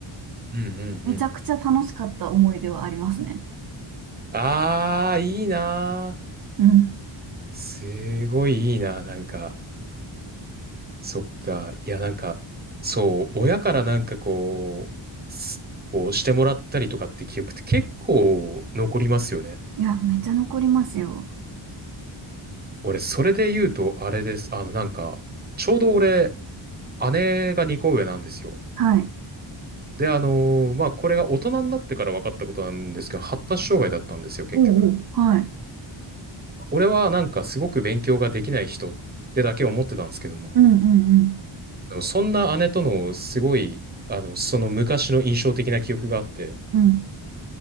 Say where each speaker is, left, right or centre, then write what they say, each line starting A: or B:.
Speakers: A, on the right; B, on the right.
A: うんうんうん。
B: めちゃくちゃ楽しかった思い出はありますね。
A: あー、いいなー。
B: うん。
A: すごいいいな、なんか、そっか。いや、なんか、そう、親からなんかこう、すこうしてもらったりとかって記憶って結構残りますよね。
B: いや、めっちゃ残りますよ。
A: 俺、それで言うと、あれです。あの、なんか、ちょうど俺、姉が2個上なんですよ。
B: はい。
A: で、あのーまあ、これが大人になってから分かったことなんですけど、発達障害だったんですよ、結局。
B: おうおう。はい。
A: 俺はなんかすごく勉強ができない人ってだけ思ってたんですけども、
B: うんうん
A: でもそんな姉とのすごい、あの、その昔の印象的な記憶があって、
B: うん。うん。